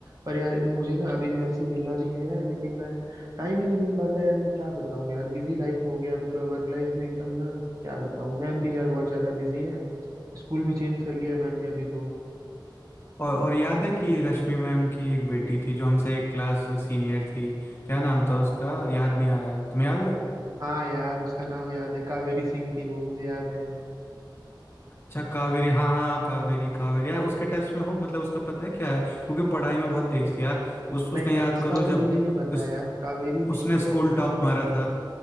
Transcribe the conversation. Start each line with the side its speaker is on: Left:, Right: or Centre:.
Right: पर यार मुझे ना अभी मैम से मिलना भी है यार लेकिन मैं टाइम ही नहीं मिल पाता यार मैं क्या बताऊँ यार बिजी लाइफ हो गया पूरा वर्क लाइफ में एकदम ना क्या बताऊँ मैम भी यार बहुत ज्यादा बिजी है स्कूल भी चेंज कर लिया है मैम ने अभी तो
Left: और और याद है कि रश्मि मैम की एक बेटी थी जो हमसे एक क्लास सीनियर थी क्या नाम था उसका याद नहीं आ रहा है तुम्हें याद है
Right: हाँ यार उसका नाम याद है कावेरी सिंह थी वो मुझे याद है
Left: अच्छा कावेरी हाँ हाँ कावेरी कावेरी यार उसके टच में हो मतलब उसका पता है क्या है क्योंकि पढ़ाई में बहुत तेज थी यार उस उसने
Right: नहीं नहीं
Left: याद
Right: उसका
Left: करो जब
Right: तो मुझे नहीं पता
Left: उस
Right: यार कावेरी
Left: उसने
Right: थी
Left: स्कूल
Right: बट
Left: टॉप मारा था